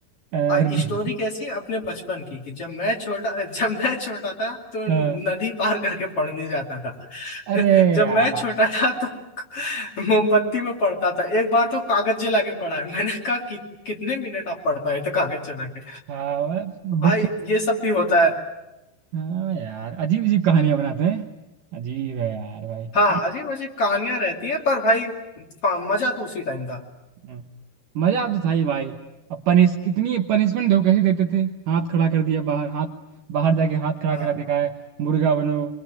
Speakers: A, on the right; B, on the left.
A: अरे
B: और स्टोरी कैसी अपने बचपन की कि जब मैं छोटा <laughs> जब मैं छोटा था तो
A: हाँ,
B: नदी पार करके पढ़ने जाता था
A: अरे
B: <laughs> जब
A: यार
B: मैं छोटा था तो <laughs> मोमबत्ती में पढ़ता था एक बार तो कागज जला के पढ़ा है मैंने कहा कि, कितने मिनट आप पढ़ पाए थे कागज जला के
A: हाँ
B: तो भाई
A: बुक से
B: ये सब भी होता है
A: हाँ यार अजीब अजीब कहानियां बनाते हैं अजीब है यार भाई
B: हाँ अजीब अजीब कहानियां रहती हैं पर भाई फा- मजा तो उसी टाइम था
A: <laughs> मजा तो था ही भाई अब पनिश कितनी पनिशमेंट देखो कैसे देते थे हाथ खड़ा कर दिया बाहर हाथ बाहर जाके हाथ खड़ा
B: हाँ
A: करा देखा है मुर्गा बनो